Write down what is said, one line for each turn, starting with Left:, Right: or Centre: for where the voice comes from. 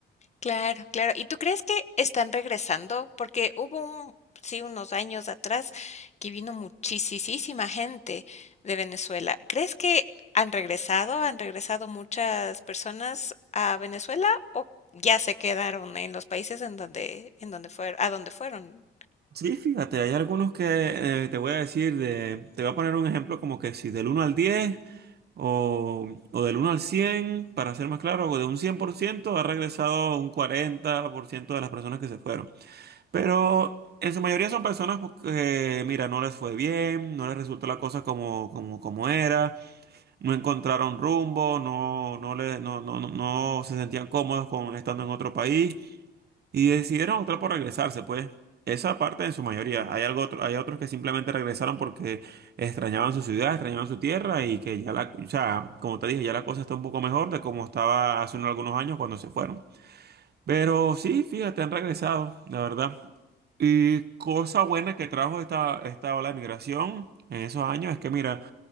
Left: Claro, claro. ¿Y tú crees que están regresando? Porque hubo un, sí, unos años atrás que vino muchisisísima gente de Venezuela. ¿Crees que han regresado? ¿Han regresado muchas personas a Venezuela o ya se quedaron en los países en donde, en donde fueron, a donde fueron?
Right: Sí, fíjate, hay algunos que eh, te voy a decir, de, te voy a poner un ejemplo como que si del uno al 10 o, o del uno al 100 para ser más claro, o de un 100% ha regresado un 40% de las personas que se fueron. Pero en su mayoría son personas pues, que, mira, no les fue bien, no les resultó la cosa como, como, como era, no encontraron rumbo, no, no, le, no, no, no, no se sentían cómodos con estando en otro país y decidieron optar por regresarse, pues. Esa parte en su mayoría. Hay algo otro- hay otros que simplemente regresaron porque extrañaban su ciudad, extrañaban su tierra y que ya la, o sea, como te dije, ya la cosa está un poco mejor de como estaba hace unos algunos años cuando se fueron. Pero sí, fíjate, han regresado, la verdad. Y cosa buena que trajo esta, esta ola de migración en esos años es que, mira,